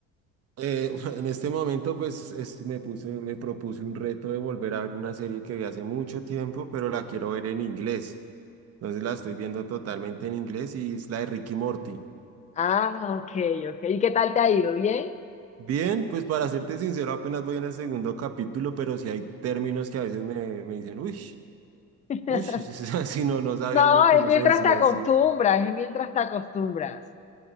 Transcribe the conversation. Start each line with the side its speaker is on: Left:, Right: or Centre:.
Right: Eh, <laughs> en este momento, pues es- me puse, me propuse un reto de volver a ver una serie que vi hace mucho tiempo, pero la quiero ver en inglés. Entonces la estoy viendo totalmente en inglés y es la de Ricky Morty.
Left: Ah, ok, ok. ¿Y qué tal te ha ido? ¿Bien?
Right: Bien, pues para serte sincero, apenas voy en el segundo capítulo, pero sí hay términos que a veces me, me dicen, uy,
Left: <laughs>
Right: uy, <laughs> si no, no sabía
Left: No,
Right: uno que
Left: es
Right: eso
Left: mientras
Right: se decía
Left: te acostumbras,
Right: así.
Left: es mientras te acostumbras.